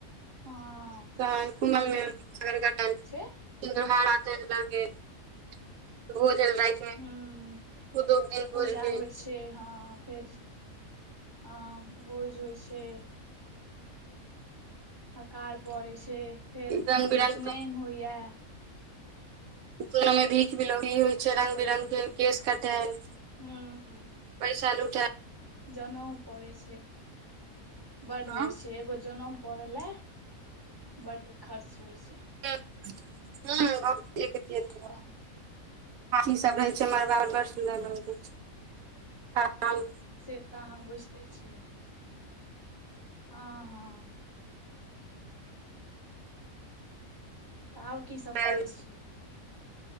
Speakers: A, on the left; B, on the right.
A: हं।
B: <unintelligible>
A: छै
B: <unintelligible>
A: हूँ-
B: दू दिन
A: पूजा
B: भोज भेल
A: होइ छैय। फे- हाँ -फेर, हाँ भोज होइ छैय, हकार पड़ैय छैय। फेर
B: रंग बिरंग
A: उपनैन
B: के
A: होइया।
B: नोंनो में भीख विलोरी होइ छैय। रंग बिरंग के केश कटैल।
A: हूँ-
B: पइसा लुटैए-
A: जनेउ पड़ै छै। बड्ड
B: हँ,
A: होइ छै, एगो जनेम पड़ऽ लए। बड्ड खर्च होइ छै।
B: <unintelligible>
A: हं-
B: हाथी सब रहै छै, मड़बाप बड्ड सुन्दर लगैत रहै छय।
A: से तऽ अहाँ बुझिते छियै। हँ- हँ- तऽ आओर की
B: चलायल।
A: सभ करै छियै?